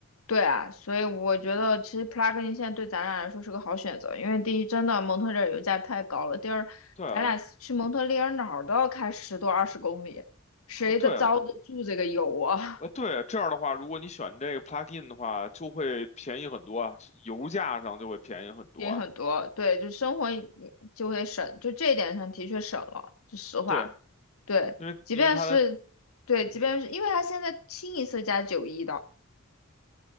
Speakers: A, on the left; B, on the left.
A: 对啊，所以我觉得其实 plug-in 现在对咱俩来说是个好选择，因为第一，真的蒙特利尔油价太高了；第二，
B: 对啊，
A: 咱俩去蒙特利尔哪儿都要开十多二十公里，谁的遭得住这个油啊？
B: 呃对啊，呃对，这样的话，如果你选这个 plug-in 的话，就会便宜很多啊，油价上就会便宜很多啊。
A: 也很多，对，就生活一就会省，就这一点上的确省了，是实话。
B: 对，
A: 对，
B: 因为因为它的
A: 即便是对，
B: 嗯哼，
A: 即便是因为他现在清一色加九一的，